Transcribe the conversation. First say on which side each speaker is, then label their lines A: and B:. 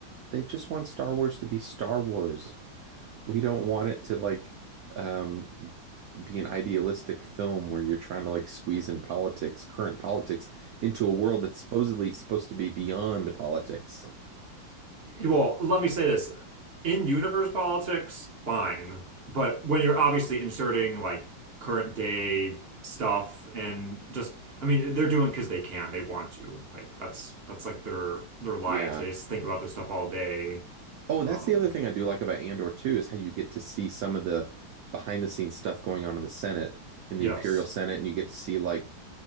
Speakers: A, on the right; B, on the right.
A: they just want Star Wars to be Star Wars. We don't want it to like um be an idealistic film where you're trying to like squeeze in politics, current politics, into a world that's supposedly supposed to be beyond politics.
B: Well, let me say this. In universe politics, fine. But when you're obviously inserting like current day stuff and just I mean, they're doing because they can, they want to. Like that's that's like their their lives.
A: Yeah.
B: They just think about this stuff all day.
A: Oh, that's
B: Um,
A: the other thing I do like about Andor too is how you get to see some of the behind the scenes stuff going on in the Senate, in the
B: yes.
A: Imperial Senate, and you get to see like